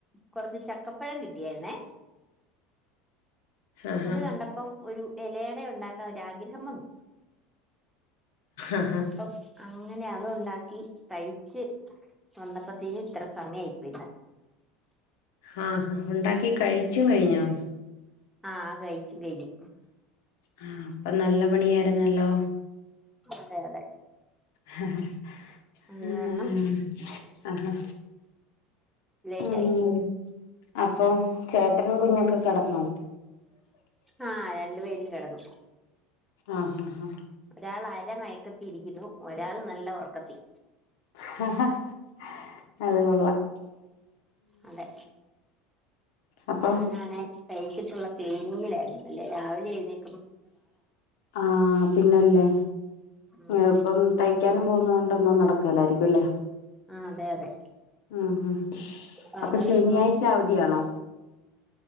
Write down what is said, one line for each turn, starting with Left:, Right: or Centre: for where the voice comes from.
Centre: കൊറച്ച് ചക്കപ്പഴം കിട്ടിയായിരുന്നേ
Left: ആഹാ
Centre: അത് കണ്ടപ്പം ഒരു ഇലയട ഉണ്ടാക്കാൻ ഒരാഗ്രഹം വന്നു
Left: ആഹാ
Centre: അപ്പൊ അങ്ങനെ അത് ഉണ്ടാക് ഉ <unintelligible> കഴിച്ച് വന്നപ്പത്തേനും ഇത്ര സമയാ യി പോയിന്ന്
Left: ഹാ ഹ ഉണ്ടാക്കി കഴിച്ചും കഴിഞ്ഞോ
Centre: ആ കയി ച്ചും കഴിഞ്ഞു
Left: ആ അപ്പൊ നല്ല പണിയായിരുന്നല്ലോ
Centre: അതെ അതെ
Left: ഹ ഹാ
Centre: അത്
Left: ഉം
Centre: കാരണം
Left: ആഹാ
Centre: ലേറ്റായി
Left: ഉം അപ്പൊ ചേട്ടനും കുഞ്ഞൊക്കെ കിടന്നോ
Centre: ആഹ് രണ്ടു പേരും കിടന്നു
Left: ആഹ് ആഹ് ഹാ
Centre: ഒരാൾ അരമയ് ഒക്കത്തി ഇരിക്കുന്നു ഒരാള് നല്ല ഉറക്കത്തി
Left: ഹ ഹഅത് കൊൊള്ളാം
Centre: അതെ
Left: അപ്പം
Centre: ഞാനാണെ തയ്ച്ചിട്ടുള്ള ക്ലീനിങ്ങിലായിരുന്നു അല്ലേ രാവിലെ എഴുന്നേ
Left: ആഹ് പിന്നല്ലേ
Centre: ഉം
Left: ഏ ഇപ്പം തയ്ക്കാനും പോകുന്ന കൊണ്ട് ഒന്നും നടക്കലായിരിക്കുംല്ലേ?
Centre: ആ അതെ അതെ
Left: ഉം ഹ
Centre: പകലൊന്നും
Left: അപ്പൊ ശനിയാഴ്ച അവധിയാണോ